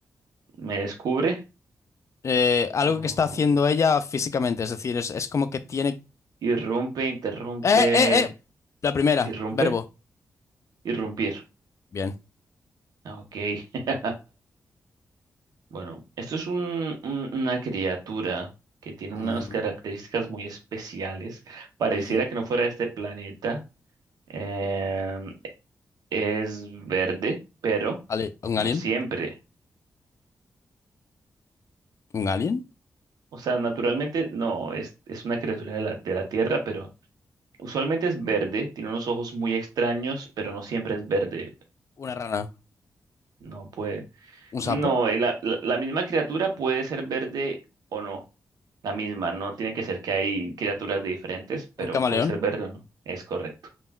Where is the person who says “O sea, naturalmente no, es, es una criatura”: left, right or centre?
Right